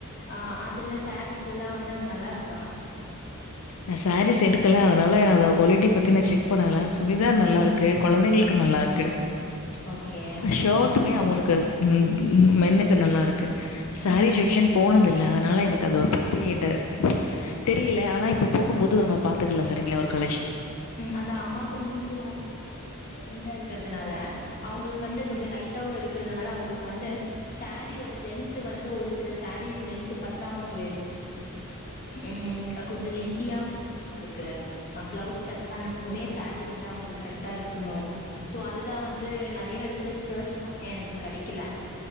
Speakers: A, on the left (about 40°); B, on the left (about 80°).
A: அ அதுல்ல ஸ்சேரீஸ் எல்லா வந் வந்து அங்க நல்லா இருக்கா
B: நா சேரீஸ் எடுக்கல அதனால அத கொலட்டிப் பத்தி நா செக் பண்ணலஸ் சுடிதார்
A: ம்
B: நல்லா இருக்கு கொழந்தைங்களுக்கு நல்லா
A: ம்
B: இருக்கு
A: ஓகே
B: ஷோட் மட்டுமே அவங்களுக்கு ம் மென்னுக்கு நல்லா இருக் து சேரீ
A: ம்
B: செக்க்ஷன் போனதில் இல்ல அதனால எனக்கு அத பத்தி என்ட தெரியல ஆனா இப்போ போகும்போது ஒருமா பாத்ததில்ல சரிங்களா ஒரு கலெக்க்ஷன்
A: ம் அந்த அம்மா கொஞ்சோ குண்டா இருக்குறதுனால அவங்களுக்கு வந்து கொஞ்ச ஹைட்டாவு இருக்குறதுனால அவங்களுக்கு வந்து சேரீயோட லென்த் வந்து ஒரு சில சேரீஸ் லென்த் பத்தாம போயிருது ம் கொஞ்ச லென்தியா வேணு அவங்களுக்கு பிளவுஸ் கட் மே ஸாரீ வந்து அவங்களுக்கு கரெக்ட்டா இருக்கணும் சோ அதுதான் வந்து ந நெறைய இடத்துல சர்ச் பண்ண எனக்கு கெடைக்கல